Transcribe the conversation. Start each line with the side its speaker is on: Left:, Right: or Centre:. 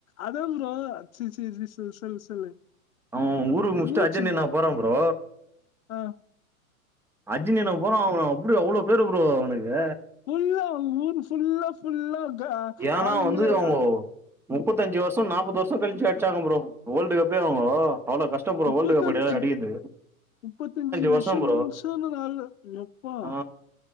Left: அதா ப்ரோ செர் செர் செர் சொல்லு சொல்லு
Centre: அவ ஊருக்கு முடிச்சிட்டு
Left: மூச்சு
Centre: அர்ஜென்டின்னா போறா ப்ரோ
Left: ஆ
Centre: அர்ஜென்டினா போறோம் அவன் அப்படி அவ்வளோ பேரு ப்ரோ அவனுக்கு
Left: ஃபுல்ல அங் ஊர் ஃபுல்ல ஃபுல்ல ட்டா
Centre: ஏன்னா
Left: ஆளுங்கலே
Centre: வந்து அவுங்கோ முப்பத்தஞ்சு வருஷோ நாப்பது வருஷோ கழிச்சு அடிச்சாங்க ப்ரோ வேர்ல்ட் கப்பே அவுங்கோ அவ்ளோ கஷ்டோ ப்ரோ
Left: முப்பத்தஞ்சு
Centre: வேர்ல்டு கப் அடி அடிக்கிறது
Left: முப்பத்தஞ்சு
Centre: வருஷோ
Left: வருஷம்லா
Centre: ப்ரோ
Left: சொன்ன நாள் எப்பா
Centre: ஆ